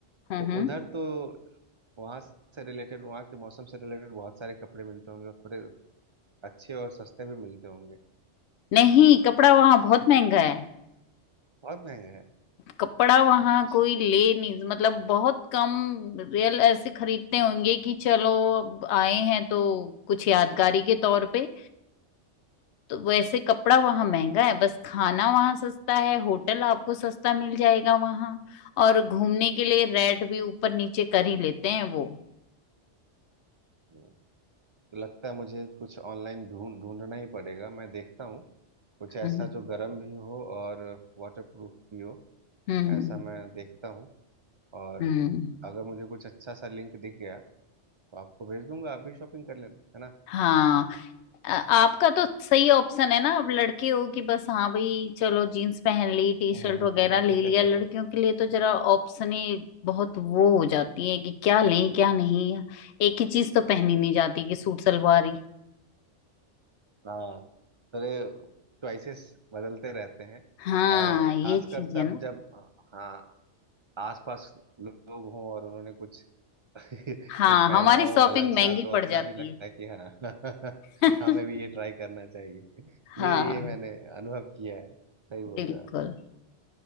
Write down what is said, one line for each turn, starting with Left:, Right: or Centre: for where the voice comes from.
Left: हम्म
Right: तो
Left: हम्म।
Right: उधर तो वहां से रिलेटेड वहां के मौसम से रिलेटेड बहुत सारे कपड़े मिलते होंगे थोड़े अच्छे और सस्ते भी मिलते होंगे
Left: नहीं कपड़ा वहाँ बहुत महंगा है
Right: बहुत महंगे हैं
Left: कपड़ा वहाँ
Right: अच्छा
Left: कोई ले नहीं मतलब बहुत कम रियल ऐसे खरीदते होंगे कि चलो अब आए हैं तो कुछ यादगारी के तौर पे तो वैसे कपड़ा वहां महंगा है बस खाना वहां सस्ता है होटल आपको सस्ता मिल जाएगा वहां और घूमने के लिए रेट भी ऊपर नीचे कर ही लेते हैं वो
Right: हम्म, तो लगता है मुझे कुछ ऑनलाइन ढूंढ ढूंढना ही पड़ेगा मैं देखता हूँ कुछ ऐसा
Left: हम्म
Right: जो गर्म भी हो और वाटर प्रूफ भी हो
Left: हम्म
Right: ऐसा मैं देखता हूँ और
Left: हम्म
Right: अगर मुझे कुछ अच्छा सा लिंक दिख गया तो आपको भेज दूंगा आप भी शॉपिंग कर लेना है ना
Left: हाँ अ- आपका तो सही ऑप्शन है ना आप लड़के हो कि बस हाँ भाई चलो जीन्स पहन ली टी
Right: <laughs>
Left: शर्ट वगैरह ले लिया लड़कियों के लिए तो जरा ऑप्शन ही बहुत वो हो जाती है कि क्या लें क्या नहीं एक ही चीज तो पहनी नहीं जाती कि सूट सलवार ही
Right: हाँ थोड़े चॉइसेस बदलते रहते हैं
Left: हाँ
Right: और
Left: ये
Right: खासकर
Left: चीज
Right: तब
Left: है
Right: जब हाँ आसपास लोग हों और उन्होंने कुछ <laughs>
Left: हाँ
Right: कुछ पहना
Left: हमारी
Right: हो
Left: शॉपिंग
Right: अलग सा
Left: महंगी
Right: तो
Left: पड़
Right: अपना
Left: जाती
Right: भी लगता है कि हाँ <laughs>
Left: है <laughs>
Right: हमें भी ये ट्राई करना चाहिए
Left: हाँ
Right: ये ये मैंने अनुभव किया है सही बोल
Left: बिल्कुल
Right: रहे हो